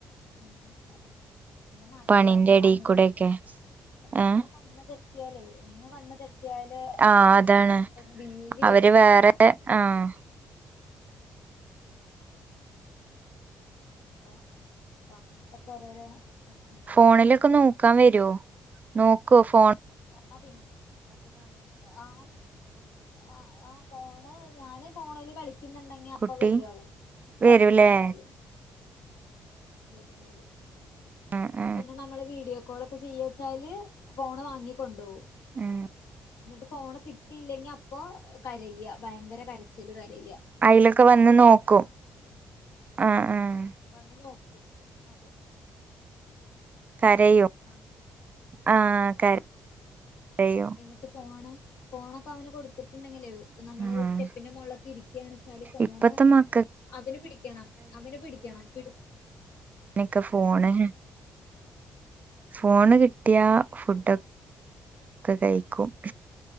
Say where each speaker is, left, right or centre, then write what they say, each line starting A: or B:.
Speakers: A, on the left; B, on the right.
A: ഉ അതെ പിന്നെ മാത്രല്ല
B: പണിന്റെ
A: ഒന്ന്
B: എടീ
A: കണ്ണ്
B: കൂടെയൊക്കെ
A: അത ഒന്ന്
B: ഏഹ്
A: കണ്ണ് തെ- റ്റിയാലേ, ഒന്ന് കണ്ണ് തെറ്റിയാല്.
B: ആഹ് അതാണ്
A: ഭീതി
B: അവര്
A: ആണ്.
B: വേറെ ആഹ്
A: അപ്പോ അപ്പങ്ങൻത്തൊക്കെ- ഓരോരോ. പ്രശ്നങ്ങളാണ്
B: ഫോണിലൊക്കെ നോക്കാം വെരോ? നോക്കോ ഫോൺ?
A: ആഹ് പിൻ ആഹ്. ആഹാ ആഹാ ഫോണ് ഞാന്- ഫോണില് കളിക്ക്ന്ന്ണ്ടെ- ഞാപ്പ
B: കുട്ടി
A: വെരും അവൻ സൗണ്ട്-
B: വരൂലേ
A: കേട്ടാല് വെരും, വെരും.
B: <inaudible>
A: പിന്നെ നമ്മള്- വീഡിയോകോളൊക്കെ ചെയ്യാച്ചാല്, ഫോണ് വാങ്ങിക്കൊണ്ടോവും.
B: ഉം
A: ന്നട്ട് ഫോണ് കിട്ടിയില്ലെങ്കി അപ്- പ്പൊ കരയ്യ ഭയങ്കര കരച്ചില് കരയാ.
B: അയ്ലൊക്കെ വന്ന് നോക്കും ആഹ് ആഹ്.
A: വന്ന് നോക്കും അതെ.
B: കരയും,
A: ആ
B: ആഹ് കര കരയും.
A: ന്നിട്ട് ഫോണ് ഫോണൊക്കെ അവന്- കൊടുത്തിട്ടുണ്ടെങ്കിലെ, പ്പനമ്മള്
B: ആഹ്
A: സ്റ്റെപ്പിന്റെ മോളൊക്കെയിരിക്- ക്കെണെച്ചാല് ഫോണ്
B: ഇപ്പത്തെ മക്കൾക്ക്
A: അവന്- പിടിക്കണം അവന് പിടിക്കണം പിട്-
B: നിക്കെ ഫോണ്- ഫോണ് കിട്ട്‌യാ ഫുഡൊക്കെ കയിക്കും.